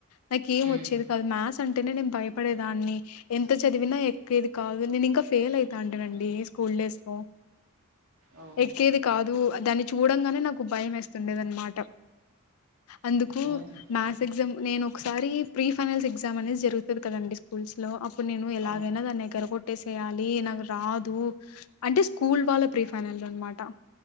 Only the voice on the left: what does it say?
నాకు ఏం
వచ్చేది కాదు మ్యాచ్ అంటేనే నేను భయపడేదాన్ని ఎంత చదివినా ఎక్కేది కాదు నేను ఇంకా ఫెయిల్ అవుతా అంటేనండి స్కూల్ డేస్ త
ఎక్కేది కాదు దాన్ని చూడంగానే నాకు భయం వేస్తుండేది అనమాట ట అందుకు
మ్యాథ్స్ ఎగ్జామ్ నేను ఒకసారి ప్రీ ఫైనల్స్ ఎగ్జామ్ అనేది జరుగుతుంది కదండి స్కూల్స్ లో ప్పు నేను ఎలాగైనా
దా దగ్గర కొట్టేసి చేయాలి నాకు రాదు అంటే స్కూల్ వాళ్ళ ప్రీ ఫైనల్ అనమాట